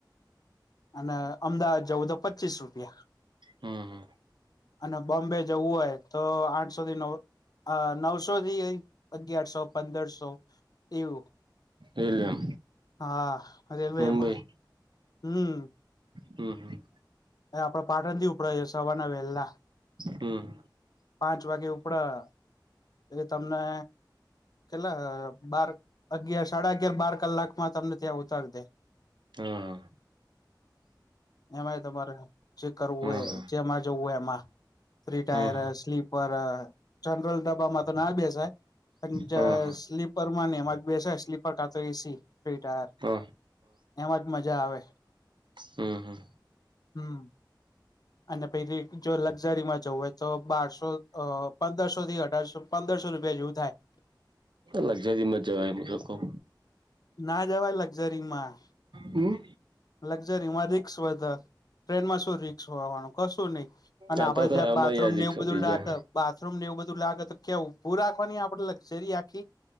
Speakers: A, on the left; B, on the right.
A: અને અમદાવાદ જવું તો પચીસ રૂપિયા.
B: હમ હમ
A: અને બોમ્બે જવું હોય તો આઠસો થી નવ નવસો થી અગિયારસો પંદરસો. એવું
B: એટલે એમ
A: હા રેલવેમાં.
B: મુંબઈ
A: હમ.
B: હમ હમ.
A: આપડે પાટણ થી ઉપડે છે સવારના વહેલા.
B: હમ.
A: પાંચ વાગે ઉપડે એટલે તમને. કેટલા બાર અગિયાર સાડા અગિયાર બાર કલાકમાં તમને ત્યાં ઉતારી દે.
B: હ.
A: એમાંય તમારે જે કરવું
B: હા
A: હોય
B: હા
A: જેમાં જવું હોય એમાં. ફ્રી ટાયર
B: હા
A: સ્લીપર જનરલ ડબ્બામાં તો ના બેસાય. પણ
B: હા
A: સ્લીપર માં ને એમાં જ બેસાય સ્લીપર કાંતો એસી ફ્રી ટાયર.
B: હ હઅ.
A: એમાં જ મજા આવે.
B: હમ હમ.
A: હમ. અને પેલી જો લક્ઝરીમાં જવું હોય તો બારસો પંદરસો થી અઢારસો પંદરસો રૂપિયા જેવું થાય.
B: લક્ઝરીમાં જવાય મેતો કવ.
A: ના જવાય લક્ઝરી માં.
B: હમ.
A: લકઝરીમાં રિસ્ક વધાર ટ્રેનમાં શું રિસ્ક હોવાનું કશું નય. અને
B: આ
A: આપડે
B: તો તો
A: જ્યાં
B: આમાં
A: બાથરૂમ
B: યાર રિક્ષો
A: ને એવું બધું
B: થઈ
A: લાગે
B: ગયા
A: બાથરૂમ ને એવું બધું લાગે કે ઊભું રાખવાની આપણેે લક્ઝરી આખી.